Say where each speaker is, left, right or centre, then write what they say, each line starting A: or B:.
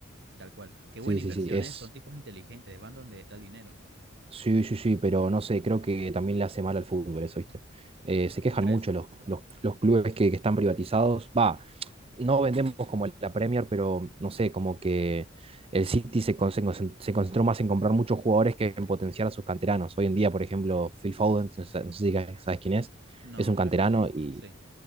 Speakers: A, on the right (about 60°); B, on the right (about 30°).
A: tal cual. Qué buena
B: Sí,
A: inversión,
B: sí, sí. Es
A: ¿eh? Son tipos inteligentes, van donde está el dinero.
B: Sí, sí, sí, pero no sé, creo que también le hace mal al fútbol eso, ¿viste? Eh, se quejan
A: ¿Tú crees?
B: mucho los, los, los clubes que, que están privatizados. Va, no vendemos como la Premier, pero no sé, como que el City se, con- se concen- se concentró más en comprar muchos jugadores que en potenciar a sus canteranos. Hoy en día, por ejemplo, Phil Foden, no sé no sé si sabes quién es,
A: No,
B: es un
A: no
B: canterano
A: lo he escuchado.
B: y
A: Sí,